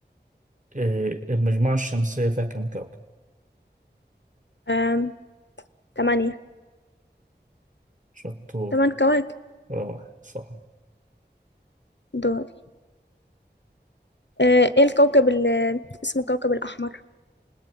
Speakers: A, on the right; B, on the left.
A: آه، المجموعة الشمسية فيها كم كوكب؟
B: أم... تمانية
A: شطور
B: تمن كواكب
A: روعة صح
B: دول آه، ايه الكوكب اللي اسمه كوكب الأحمر